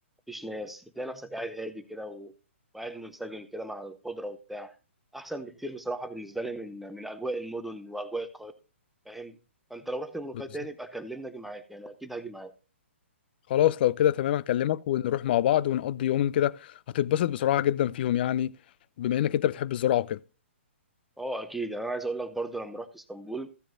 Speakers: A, in the centre; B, on the left.
A: فيش ناس بتلاقي نفسك قاعد هادي كده و- وقاعد منسجم كده مع الخضره وبتاع احسن بكتير بصراحه بالنسبه لي من من اجواء المدن واجواء القاهره فاهم فانت لو رحت المنوفيه
B: بالظبط
A: تاني يبقى كلمني اجي معاك يعني اكيد هاجي معاك
B: خلاص لو كده تمام هكلمك ونروح مع بعض ونقضي يومين كده هتتبسط بصراحه جدا فيهم يعني بما انك انت بتحب الزراعه وكده
A: اه اكيد يعني انا عايز اقول لك برضو لما رحت اسطنبول